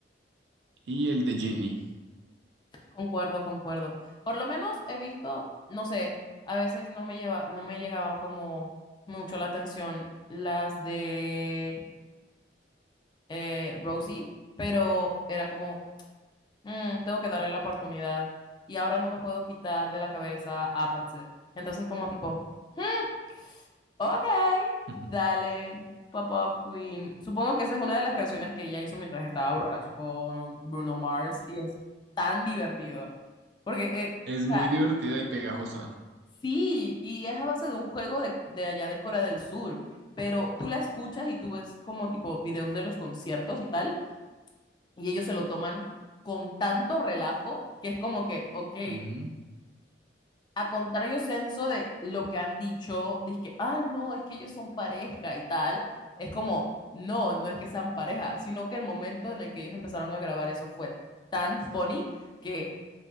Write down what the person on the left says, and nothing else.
Concuerdo, concuerdo. Por lo menos he visto, no sé, a veces no me lleva, no me llegaba como mucho la atención las de eh, Rosie, pero era como, "Mm, tengo que darle la oportunidad y ahora no me puedo quitar de la cabeza Apathy. Entonces como tipo, "Hmm, ok,
dale, Pop-Up Queen. Supongo que esa es una de las canciones que ella hizo mientras estaba borracha con Bruno Mars y es tan divertido. Porque... eh,
o sea,
Sí, y es a base de un juego de, de allá de Corea del Sur, pero tú la escuchas y tú ves como tipo videos de los conciertos y tal, y ellos se lo toman con tanto relajo que es como que, ok,
a contrario senso de lo que han dicho, que ah, no, es que ellos son pareja y tal, es como, no, no es que sean pareja, sino que el momento en el que ellos empezaron a grabar eso fue tan funny que